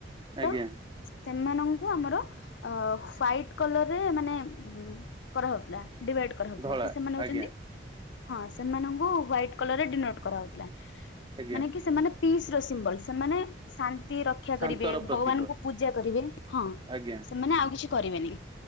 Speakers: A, on the left; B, on the right.
A: ତ
B: ଆଜ୍ଞା
A: ସେମାନଙ୍କୁ ଆମର ଅ ହ୍ୱାଇଟ୍ କଲରରେ ମାନେ ଉଁ କରାହୋଉଥିଲା ଡିଭାଇଡ କରାହୋଉଥିଲା
B: ଧଳା
A: କି ସେମାନେ ହୋଉଚନ୍ତି
B: ଆଜ୍ଞା
A: ହଁ ସେମାନଙ୍କୁ ହ୍ୱାଇଟ୍ କଲର୍ ରେ ଡିନୋଟ୍ କରା ହେଉଥିଲା
B: ଆଜ୍ଞା
A: ମାନେ କି ସେମାନେ ପିସ ର ସିମ୍ବଲ। ସେମାନେ ଶାନ୍ତିର ରକ୍ଷା
B: ଶାନ୍ତର
A: କରିବେ
B: ପ୍ରତୀକ
A: ଭଗବାନଙ୍କୁ ପୂଜା କରିବେ ହଁ
B: ଆଜ୍ଞା
A: ସେମାନେ ଆଉ କିଛି କରିବେନି।